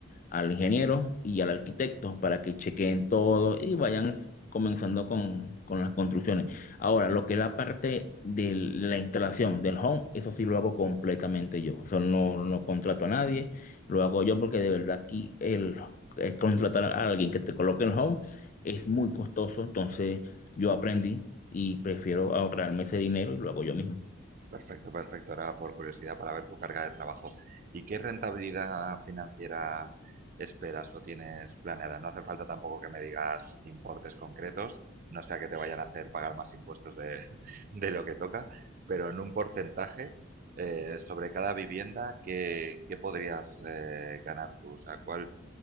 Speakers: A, on the left; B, on the right.
A: al ingeniero y al arquitecto para que chequeen todo y vayan comenzando con, con las construcciones. Ahora, lo que es la parte de la instalación del home, eso sí lo hago completamente yo. O sea, no, no contrato a nadie. Lo hago yo porque de verdad aquí el, el contratar a alguien que te coloque el home es muy costoso. Entonces yo aprendí y prefiero ahorrarme ese dinero y lo hago yo mismo.
B: Perfecto, perfecto. Ahora, por curiosidad, para ver tu carga de trabajo. ¿Y qué rentabilidad financiera esperas o tienes planeada? No hace falta tampoco que me digas importes concretos, no sea que te vayan a hacer pagar más impuestos de, <laughs> de lo que toca, pero en un porcentaje eh, sobre cada vivienda, ¿qué, qué podrías eh, ganar tú? O sea, ¿cuál